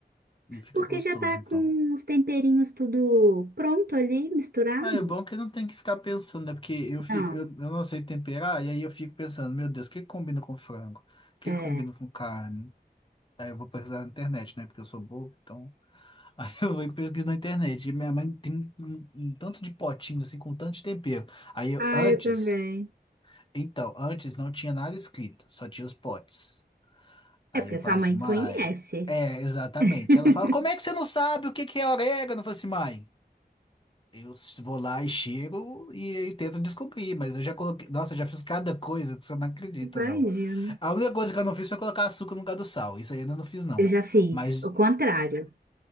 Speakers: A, on the left; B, on the right.
A: E fica
B: Porque
A: gostoso,
B: já tá
A: então.
B: com os temperinhos tudo pronto ali, misturado?
A: Ah, é bom é que não tem que ficar pensando, né? Porque eu fico,
B: Não,
A: eu, eu não sei temperar, e aí eu fico pensando, meu Deus, o que que combina com frango? O que
B: é.
A: que combina com carne? Aí eu vou pesquisar na internet, né? Porque eu sou bobo, então. <laughs> Aí eu vou e pesquiso na internet. E minha mãe tem um, um um tanto de potinho, assim, com tanto de tempero. Aí eu,
B: Ah,
A: antes.
B: eu também.
A: Então, antes não tinha nada escrito, só tinha os potes. Aí
B: É porque
A: eu
B: sua
A: falo assim,
B: mãe
A: mãe.
B: conhece.
A: É, exatamente.
B: <laughs>
A: Ela fala, como é que você não sabe o que que é orégano? Eu falo assim, mãe. Eu vou lá e cheiro e, e tento descobrir, mas eu já coloquei. Nossa, eu já fiz cada coisa que você não acredita,
B: Imagino.
A: não. A única coisa que eu não fiz foi colocar açúcar no lugar do sal. Isso aí eu ainda não fiz, não.
B: Eu já fiz
A: Mas
B: o contrário.